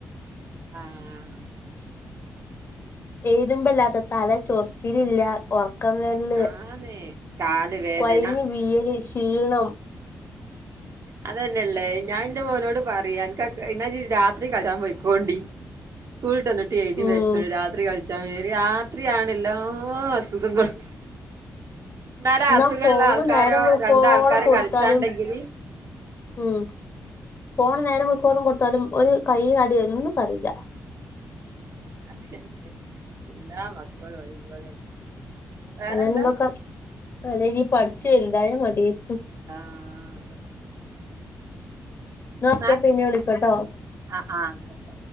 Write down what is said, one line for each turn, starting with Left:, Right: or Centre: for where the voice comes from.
Right: ആ ആ
Left: എഴുതുമ്പല്ലാത്ത തല ചൊർച്ചിലില്ലാ ഒറക്കം വെരൽ
Right: ആന്ന് കാല് വേദന
Left: കൊയഞ്ഞ് വീയല് ക്ഷീണം
Right: അതന്നെയല്ലേ ഞാൻ എൻ്റെ മോനോട് പറയും അനക്ക് എന്നാ രാത്രി കളിക്ക പൊയ്ക്കൊണ്ടി സ്കൂളിട്ട് വന്നുട്ടി എഴുതി
Left: ഉം
Right: വെച്ചോളി രാത്രി കളിച്ചു ചെലര് രാത്രിയാണെല്ലാ അസുഖങ്ങളും ഇന്നാലു
Left: എന്നാ
Right: അസുഖള്ള
Left: ഫോണ്
Right: ആൾക്കാരോ
Left: നേരം വെളുക്കോളം
Right: രണ്ടാൾക്കാരോ
Left: കൊടുത്താലും
Right: കളിച്ചാണ്ടെങ്കില്
Left: ഉം പോണ് നേരം വെളുക്കോളം കൊടുത്താലും ഒരു കൈ കടി എന്നൊന്നും പറയൂല
Right: അതെയതെ എല്ലാ മക്കളും ഒരുപോലെന്നെ വേറെന്താ
Left: അതെനെനോക്കാ നല്ലരീതി പഠിച്ചു വലുതായ മതിയാരുന്നു
Right: ആഹ്
Left: എന്നാ ഓക്കെ
Right: ന്നാ
Left: പിന്നെ വിളിക്കട്ടോ
Right: ആഹ് ആഹ് ന്നാ ആയിക്കോട്ടെ